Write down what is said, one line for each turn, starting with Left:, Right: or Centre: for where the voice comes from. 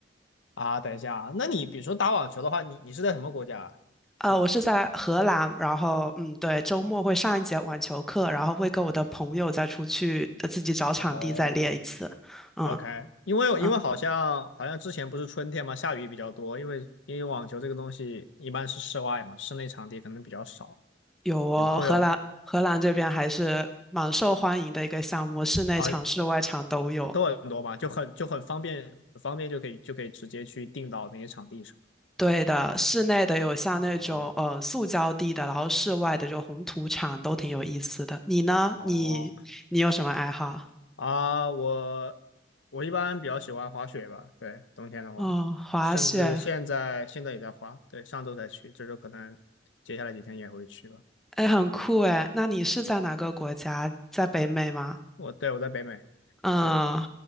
Left: 啊？等一下啊那你比如说打网球的话，你你是在什么国家啊现在？
Centre: 呃，我是在荷兰，然后嗯，对，周末会上一节网球课，然后会跟我的朋友再出去呃自己找场地再练一次。
Left: 哦
Centre: 嗯
Left: ，OK，因为因为好像好像之前不是春天嘛，
Centre: 嗯，
Left: 下雨比较多，因为因为网球这个东西一般是室外嘛，室内场地可能比较少，
Centre: 有哦，
Left: 你们会有
Centre: 荷兰荷兰这边还是蛮受欢迎的一个项目，室内场、
Left: 啊
Centre: 室外场都有。
Left: 都很多嘛，就很就很方便，很方便就可以就可以直接去订到那些场地是吧？
Centre: 对的，室内的有像那种呃塑胶地的，
Left: 哦
Centre: 然后室外的就红土场都挺有意思的。你呢？
Left: 哦，
Centre: 你你有什么爱好？
Left: 啊，我我一般比较喜欢滑雪吧，对，冬天的话，
Centre: 哦，滑雪，
Left: 甚至现在现在也在滑，对，上周才去，这周可能接下来几天也会去吧。
Centre: 哎，很酷哎。那你是在哪个国家？在北美吗？
Left: 我对我在北美，
Centre: 嗯，
Left: 是的，